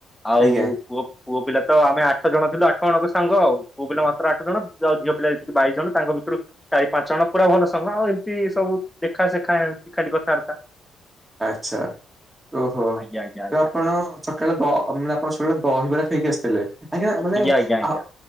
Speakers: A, in the centre; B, on the right.
A: ଆଉ
B: ଆଜ୍ଞା
A: ପୁଅ ପୁଅ ପିଲା ତ ଆମେ ଆଠ ଜଣ ଥିଲୁ ଆଠ ଜଣଙ୍କ ସାଙ୍ଗ ଆଉ ପୁଅ ପିଲା ମାତ୍ର ଆଠ ଜଣ ଆଉ ଝିଅ ପିଲା ହେଇକି ବାଇଶି ଜଣ ତାଙ୍କ ଭିତରୁ ଚାରି ପାଞ୍ଚ ଜଣ ପୁରା ଭଲ ସଙ୍ଗ ଆଉ ଏମିତି ସବୁ ଦେଖାସେଖା ହେମିତି ଖାଲି କଥାବାର୍ତ୍ତା।
B: ଆଛା ଓହୋ
A: ଆଜ୍ଞା ଆଜ୍ଞା ଆଜ୍ଞା
B: ତ ଆପଣ ସଳେ ଦ ମାନେ ଆପଣ ସକାଳେ ଦହିବରା ଖାଇକି ଆସିଥିଲେ ଆଜ୍ଞା ମାନେ
A: ଆଜ୍ଞା ଆଜ୍ଞା ଆଜ୍ଞା
B: ଆ